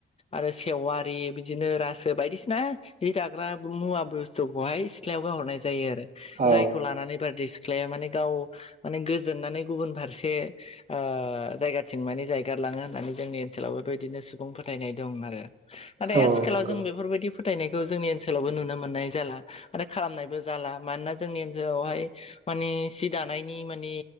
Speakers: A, on the left (about 30°); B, on the right (about 45°).
A: आरो सेवारि बिदिनो रासो बायदिसिना जि दाग्रा मुवाबो बु स्थुखौहाय सिथ्लायाव गाहरनाय जायो आरो
B: औ
A: जायखौ लानानै बारदै सिख्लाया माने गाव माने गोजोननानै गुबुन फारसे ओ जायगाथिं माने जायगार लाङो होननानै जोंनि ओनसोलाव बेबायदिनो सुबुं फोथायनाय दं आरो। नाथाय
B: औ
A: आथिखालाव
B: नंगौ
A: जों बेफोरबायदि फोथायनायखौ जोंनि ओनसोलावबो नुनो मोननाय जाला आरो खालामनायबो जाला मानोना जोंनि ओनसोलावहाय माने सि दानायनि माने